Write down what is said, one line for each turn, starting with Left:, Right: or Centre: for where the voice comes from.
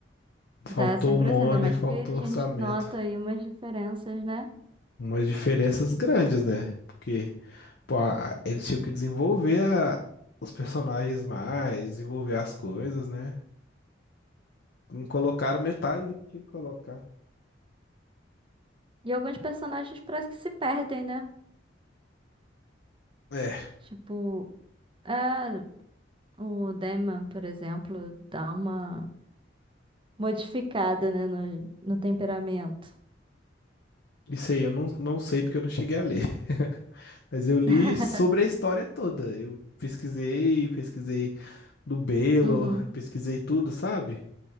Left: Faltou
Right: Dá essa impressão,
Left: money,
Right: ainda mais
Left: faltou
Right: que a gente
Left: orçamento.
Right: nota aí umas diferenças, né?
Left: Umas diferenças grandes, né? Porque, pô, a- eles tinham que desenvolver a- os personagens mais, desenvolver as coisas, né? Não colocaram metade do que tinha que colocar.
Right: E alguns personagens parece que se perdem, né?
Left: É,
Right: Tipo, é, o Daemon, por exemplo, dá uma modificada, né, no, no temperamento.
Left: isso aí eu não, não sei porque eu não cheguei a ler. <laughs> Mas eu li
Right: <laughs>
Left: sobre a história toda. Eu pesquisei, pesquisei do Baylor,
Right: Uhum.
Left: pesquisei tudo, sabe?